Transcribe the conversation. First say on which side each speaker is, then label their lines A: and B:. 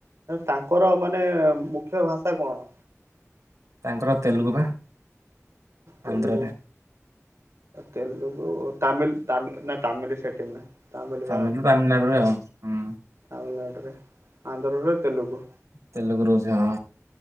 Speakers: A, on the right; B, on the right.
A: ତାଙ୍କର ମାନେ ମୁଖ୍ୟ ଭାଷା କଣ।
B: ତାଙ୍କର ତେଲୁଗୁ ବା।
A: ତେଲୁଗୁ
B: ଆନ୍ଧ୍ରରେ
A: ତେଲୁଗୁ ତାମିଲ ତାମିଲ ନା ତାମିଲ ସେଠ ତାମିଲ୍
B: ତାମିଲ
A: ବାହାରେ
B: ତାମିଲନାଡୁରେ ଆଉ ହୁଁ
A: ତାମିଲନାଡୁ। ଆନ୍ଧ୍ରରେ ତେଲୁଗୁ,
B: ତେଲୁଗୁରୁ ସେ ହଁ,